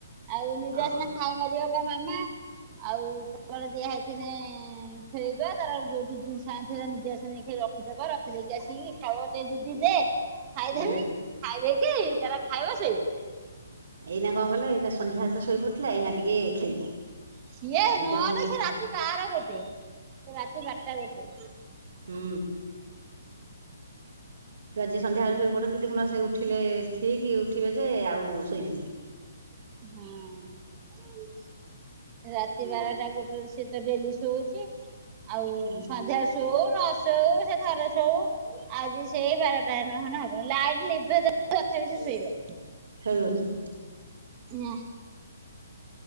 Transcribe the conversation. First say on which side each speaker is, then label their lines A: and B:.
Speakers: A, on the right; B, on the right.
A: ଆଉ ନିଦ
B: ହଁ
A: ଆସିନେ ହାଇ ମାରିବ କହିବ ମାମା ଆଉ କବଡ ଦିଆ ହେଇଥିନେ ଏଁ ସେଇପା ତାର ଯୋଉଠୁ ଯୁଁ <unintelligible> ନିଜେ ଆସେ ନେଇକି ର ରଖିଦବା ରଖିଦେଇକି ଆସିକି କହିବ ଦେ ଦିଦି ଦେ ଖାଇଦେମି
B: ହୁଁ
A: ଖାଇ ଦେଇକି ତାର ଖାଇବ ଶୋଇବ।
B: ଏଇନା କଣ କହିଲ ଏଇନା ସନ୍ଧ୍ୟାବେଳେ ତ ଶୋଇ ପଡିଥିଲା ଏଇନା ଟିକେ ଖେଳିବ।
A: ସିଏ
B: ନିଦ
A: ନହନେ
B: ହଁ ହୁଁ
A: ସେ ରାତି ବାଆର ଗୋଟେ ସେ ରାତି ବାରଟା ଗୋଟେ।
B: ହୁଁ। ଛୁଆ ଯିଏ ସନ୍ଧ୍ୟାବେଳେ ଶୋଇପଡ଼ନ୍ତି ଦେଖୁନ ସିଏ ଉଠିଲେ ଠିକି ଉଠିବେ ଯେ ଆଉ ଶୋଇବିନି।
A: ହଁମ୍। ରାତି ବାରଟା ଗୋଟେରେ ସିଏ ତ ଡେଲି ଶୋଉଚି। ଆଉ
B: ହୁଁ
A: ସନ୍ଧ୍ୟା ଶୋଉ ନ ଶୋଉ ସେ ଥରେ ଶୋଉ ଆଜି ସେଇ ବାରଟା ନହନେ ହବନି ଲାଇଟ୍ ଲିଭେଇ ଦୋ ତଥାପି ସିଏ ଶୋଇବ।
B: ଶୋଇବନି।
A: ନା।